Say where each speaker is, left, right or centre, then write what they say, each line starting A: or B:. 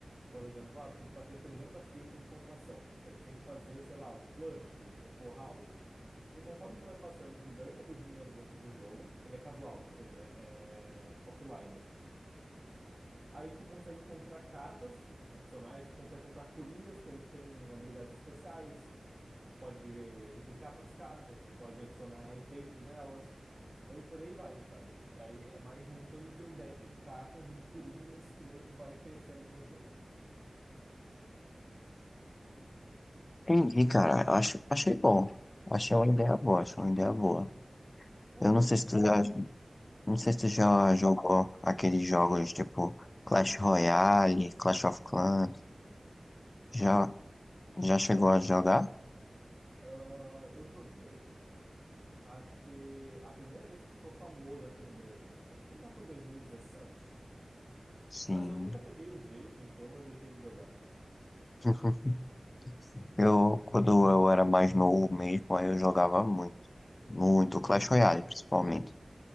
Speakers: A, on the right; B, on the left.
A: Por exemplo, ah, tu tem que bater 300 fichas de pontuação. Daí tu tem que fazer, sei lá, um flush, um full house. E conforme tu vai passando, tu ganha o dinheiro dentro do jogo. Ele é casual, ou seja, é offline. Aí tu consegue comprar cartas adicionais, tu consegue comprar coringas, que eles têm habilidades especiais. Tu pode eh, duplicar tuas cartas, tu pode adicionar efeitos nelas. Daí por aí vai, sabe? Daí é mais montando o teu deck de cartas e de coringas que daí tu vai crescendo no jogo.
B: Entendi, cara. Eu acho, achei bom. Achei uma ideia boa, achei uma ideia boa.
A: É,
B: Eu
A: meu,
B: não sei
A: ca-
B: se tu já, não sei se
A: pode
B: tu já
A: falar.
B: jogou aqueles jogos, tipo, Clash Royale, Clash of Clans. Já, já chegou
A: Ah,
B: a jogar?
A: ah, eu joguei, acho que a primeira vez que ficou famoso aqui no Brasil. Acho que foi lá por 2017.
B: Sim.
A: Mas eu nunca peguei o jeito, então eu deixei de jogar.
B: <laughs> Eu, quando eu era mais novo mesmo, aí eu jogava muito. Muito Clash
A: Uhum.
B: Royale, principalmente.